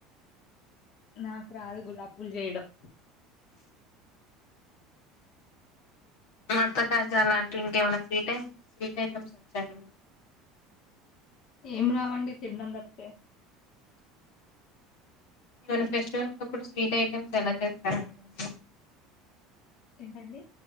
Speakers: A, on the left (about 60°); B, on the left (about 75°).
A: నాకు రాదు గులాప్పూలు చేయడం
B: మడతకాజా లాంటివి ఇంకేమైనా ఫ్రీ టైమ్ స్వీట్ ఐటెమ్స్ వచ్చా అండి
A: ఏం రావండి తిండం తప్పితె
B: ఇవళె రెస్ట్ గా ఉన్నప్పుడు స్వీట్ ఐటమ్స్ ఎమైన చేస్తా కదండి మేమ
A: ఏంటండి